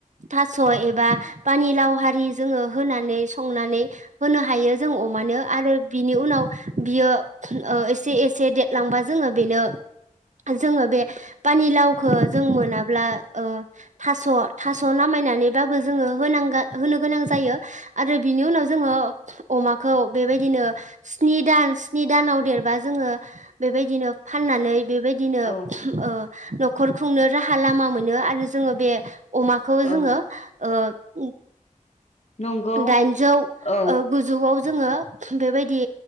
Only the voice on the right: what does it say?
थास' एबा पानि लाव हारि जोङो होनानै संनानै होनो हायो जों अमानो आरो बिनि उनाव बियो ओ एसे एसे देद लांबा जोङो बेनो जोङो बे पानिलाव खो जों मोनाब्ला ओ थास' थास' नामायनानै बाबो जोङो होनांगा होनो गोनां जायो। आरो बिनि उनाव जोङो अमाखौ बेबायदिनो स्नि दान स्नि दानाव देरबा जोङो बेबायदिनो फाननानै बेबायदिनो
ओ न'खर खुंनो राहा लामा मोनो आ रो जोङो बे अमाखौ
जोङो ओ
दाइनजौ
ओ गुजौआव जोङो बेबायदि